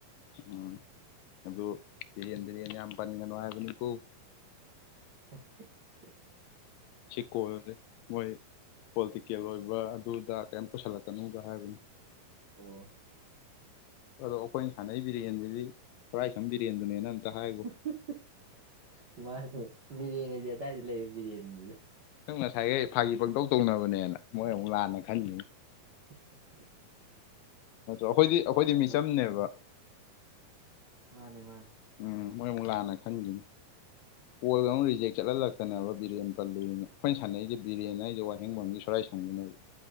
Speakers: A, on the left (about 80°); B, on the right (about 60°).
A: ꯎꯝ ꯑꯗꯨ ꯕꯤꯔꯦꯟ ꯕꯤꯔꯦꯟ ꯌꯥꯝ ꯄꯟꯒꯅꯨ ꯍꯥꯏꯕꯅꯤꯀꯣ
B: ꯑꯦ <unintelligible>
A: ꯁꯤꯀꯣꯜꯗ ꯃꯣꯏ ꯄꯣꯂꯤꯇꯤꯀꯦꯜ ꯑꯣꯏꯕ ꯑꯗꯨ ꯑꯗꯥ ꯀꯩꯝ ꯄꯨꯁꯜꯂꯛꯀꯅꫭꯒ ꯍꯥꯏꯕꯅꯦ
B: ꯑꯣ
A: ꯑꯗꯣ ꯑꯈꯣꯏ ꯁꯥꯟꯅꯩ ꯕꯤꯔꯦꯟꯖꯤꯗꯤ ꯁꯣꯔꯥꯏꯁꯝ ꯕꯤꯔꯦꯟꯗꯨꯅꯦꯅ ꯍꯥꯏꯈꯣ
B: <unintelligible> ꯃꯥꯅꯦ ꯕꯤꯔꯦꯟꯑꯖꯦ ꯑꯗꯥꯏꯗ ꯂꯩꯕ ꯕꯤꯔꯦꯟ <unintelligible>
A: ꯅꯪ ꯅꯁꯥꯏꯒꯩ ꯐꯥꯒꯤ ꯄꯪꯇꯧ ꯇꯧꯅꯕꯅꯦꯅ ꯃꯣꯏ ꯑꯃꯨꯛ ꯂꯥꯟꯅ ꯈꯟꯒꯤꯅꯤ
B: <inaudible>
A: ꯑꯈꯣꯏꯗꯤ ꯑꯈꯣꯏꯗꯤ
B: ꯑ
A: ꯃꯤꯆꯝꯅꯦꯕ
B: ꯃꯥꯅꯦ ꯃꯥꯅꯦ
A: ꯎꯝ ꯃꯣꯏ ꯑꯃꯨꯛ ꯂꯥꯟꯅꯅ ꯈꯟꯒꯤꯅꯤ ꯀꯣꯜꯒ ꯑꯃꯨꯛ ꯔꯤꯖꯦꯛ ꯆꯠꯑꯜꯂꯛꯇꯅꯕ ꯕꯤꯔꯦꯟ ꯄꯜꯂꯨꯏꯅ ꯑꯈꯣꯏ ꯁꯥꯟꯅꯩꯁꯦ ꯕꯤꯔꯦꯟ ꯍꯥꯏꯁꯦ ꯋꯥꯍꯦꯡꯕꯝꯒꯤ ꯁꯣꯔꯥꯏ ꯁꯝ ꯒꯤꯅꯦꯕ